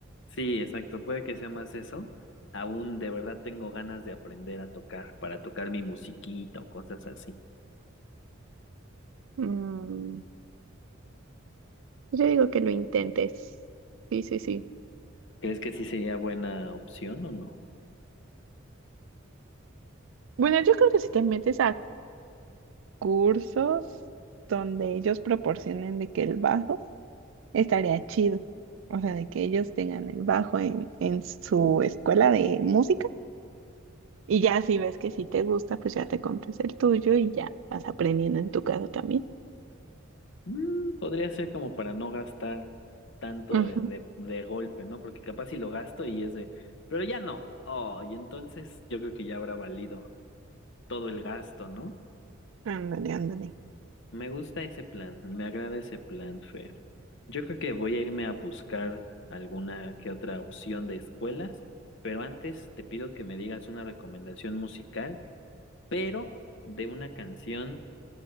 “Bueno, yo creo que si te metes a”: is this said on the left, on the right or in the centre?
Right